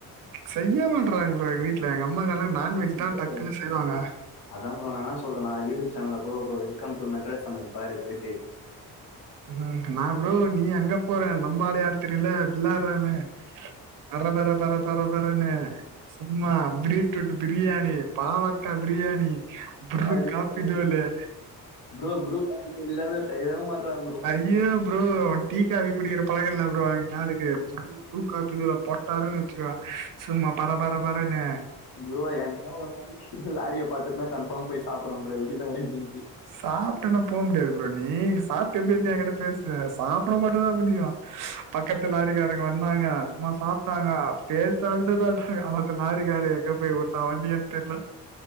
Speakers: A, on the right; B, on the left.
A: செய்ய மாட்றாங் ப்ரோ எங்க வீட்ல எங்க அம்மாங்கல்லா நான்வெஜ் தா
B: ப்ரோ
A: டக்குன்னு செய்வாங்க
B: அதா ப்ரோ நா என்னா சொல்றேனா யூடியூப் சேனல போ போ வெல்கம் டு மெட்ராஸ் சமையல் பாரு போய்ட்டு
A: ம் நா ப்ரோ நீ அங்க போற நம்பாளு யார் தெரியுல துலா ராமே அடடா பர பர பர பரனு சும்மா பீட்ரூட்டு பிரியாணி பாவக்கா பிரியாணி ப்ரூ
B: அப்டியே
A: காப்பிதூளே
B: ப்ரோ ப்ரூ காப்பி செய்யவே மாட்றாங் ப்ரோ
A: இங்கையு அப்டிதா அவே டீக்காபி குடிக்குற பழக்கோ இல்ல ப்ரோ எங் ஆளுக்கு சும் ப்ரூ காப்பி தூள போட்டார்னு வச்சுக்க சும்மா பர பர பரனு
B: ப்ரோ என்னைனோ ஒரு நாளு லாரிய பாத்துட்டுனா கன்ஃபார்ம் போய் சாப்புறே ப்ரோ எப்டிதா இருக்குனு
A: சாப்ட்டேனா போ முடியாது ப்ரோ நீ சாப்ட்ட எப்டி இருந்து எ கிட்ட பேச சாப்ட மட்டு தா முடியு பக்கத்து லாரிக்காரங்க வந்தாங்க இந்மார் சாப்ட்டாங்க டேஸ்ட்டாருந்தது தாட்டுக்கு அது லாரிக்காரு எங்க போய் வுட்டா வண்டிய தெர்ல